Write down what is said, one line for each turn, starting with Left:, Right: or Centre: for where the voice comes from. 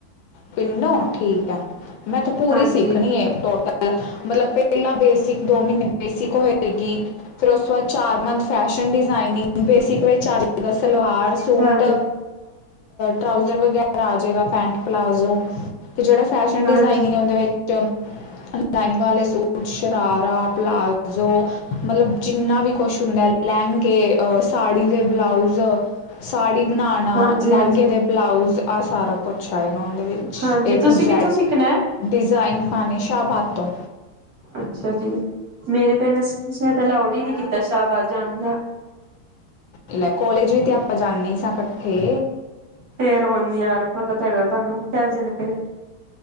Left: ਤਿੰਨੋ? ਠੀਕ ਹੈ। ਮੈਂ ਤੇ ਪੂਰੀ
Right: ਹਾਂਜੀ
Left: ਸਿੱਖਣੀ ਹੈ, ਟੋਟਲ ਮਤਲਬ ਪਹਿਲਾਂ ਬੇਸਿਕ ਦੋ ਮਹੀਨੇ ਬੇਸਿਕ ਹੋਏਗੀ। ਫਿਰ ਉਸ ਤੋਂ ਬਾਅਦ, ਚਾਰ ਮੰਥ ਫੈਸ਼ਨ ਡਿਜ਼ਾਇਨਿੰਗ ਬੇਸਿਕ ਵਿੱਚ ਅੱਜ ਦਾ ਸਲਵਾਰ ਸੂਟ
Right: ਹਾਂਜੀ
Left: ਟਰਾਉਜ਼ਰ ਵਗੈਰਾ ਆ ਜਾਏਗਾ, ਪੈਂਟ ਪਲਾਜ਼ੋ ਅਤੇ ਜਿਹੜਾ ਫੈਸ਼ਨ
Right: ਹਾਂਜੀ
Left: ਡਿਜ਼ਾਇਨਿੰਗ ਹੈ। ਉਹਦੇ ਵਿੱਚ ਲਾਈਨਿੰਗ ਵਾਲੇ ਸੂਟ ਸ਼ਰਾਰਾ, ਪਲਾਜ਼ੋ। ਮਤਲਬ ਜਿੰਨਾ ਵੀ, ਕੁਛ ਹੁੰਦਾ ਲਹਿੰਗੇ, ਅਹ ਸਾੜੀ ਦੇ ਬਲਾਊਜ਼ ਸਾੜੀ ਬਣਾਉਣਾ,
Right: ਹਾਂਜੀ
Left: ਲਹਿੰਗੇ
Right: ਹਾਂਜੀ
Left: ਦੇ ਬਲਾਊਜ਼ ਆ ਸਾਰਾ ਕੁਛ। ਉਹਦੇ ਵਿੱਚ,
Right: ਹਾਂਜੀ
Left: ਏ
Right: ਤੁਸੀਂ
Left: ਟੂ
Right: ਕਿੱਥੋਂ
Left: ਜੈਡ,
Right: ਸਿੱਖਣਾ ਹੈ
Left: ਡਿਜ਼ਾਇਨ ਪਾਉਣੇ ਸ਼ਾਹਾਬਾਦ ਤੌਂ
Right: ਅੱਛਾ ਜੀ, ਮੇਰੇ ਪੇਰੈਂਟਸ ਨੇ ਤਾਂ ਅਲਾਊਡ ਹੀ ਨੀ ਕੀਤਾ, ਸ਼ਾਹਬਾਦ ਜਾਣ ਦਾ।
Left: ਲੈ, ਕੋਲੇਜ ਵੀ ਤੇ ਆਪਾਂ, ਜਾਂਨੇ ਈ ਸਾਂ ਇਕੱਠੇ।
Right: ਫਿਰ ਹੁਣ, ਯਾਰ ਪਤਾ ਤੇ ਹੈਗਾ, ਤੁਹਾਨੂੰ <unintelligible>